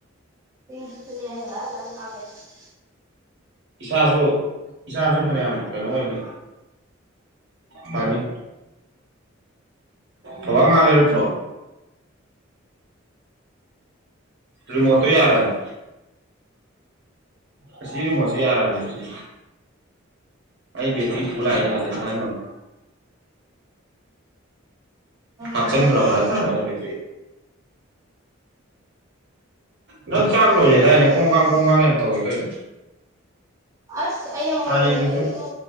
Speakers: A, on the right; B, on the right.
A: <unintelligible>
B: ꯏꯁꯥꯁꯨ ꯏꯁꯥꯁꯨ ꯐꯅꯌꯥꯝ ꯀꯩꯅꯣ ꯑꯣꯏꯅꯤ ꯐꯅꯤ ꯕꯥꯕ ꯉꯥ ꯂꯩꯔꯛ ꯇ꯭ꯔꯣ ꯔꯤꯃꯣꯠ ꯇꯣ ꯌꯥꯔꯝꯅꯦ ꯑꯁꯤ ꯔꯦꯃꯣꯠ ꯁꯦ ꯌꯥꯔꯕꯅꯦ ꯍꯧꯖꯤꯛ ꯁꯦ ꯑꯩ ꯕꯦꯇ꯭ꯔꯤ ꯄꯨ ꯂꯛ ꯏ ꯅꯦ ꯑꯗꯩ ꯑꯍꯥꯟꯕ ꯑꯃ
A: ꯌꯥꯝ
B: ꯍꯥꯞꯆꯥꯟ
A: ꯀꯥꯟꯅꯩ
B: ꯈꯔ꯭ꯕ
A: ꯌꯥꯝꯅ
B: ꯍꯥꯏ ꯇꯔꯦ ꯑꯩꯅ ꯕꯦꯇꯔ꯭ꯤ ꯅꯪ ꯆꯥꯛ
A: ꯃꯍꯤꯟꯗ꯭ꯔꯅ
B: ꯂꯣꯏꯔꯦꯗꯥꯏꯅꯦ
A: ꯌꯥꯝ
B: ꯀꯣꯡ
A: ꯀꯥꯟꯅꯍꯟ
B: ꯀꯥꯡ ꯀꯣꯡꯒꯥꯡ ꯌꯥꯝ ꯇꯧꯋꯦ ꯀꯩꯅꯣ
A: ꯑꯁ ꯑꯩꯅ ꯃꯣꯔꯣꯡ
B: ꯍꯥꯟꯅꯩꯗꯨꯁꯨ
A: ꯃꯦꯄꯒꯤꯗꯣ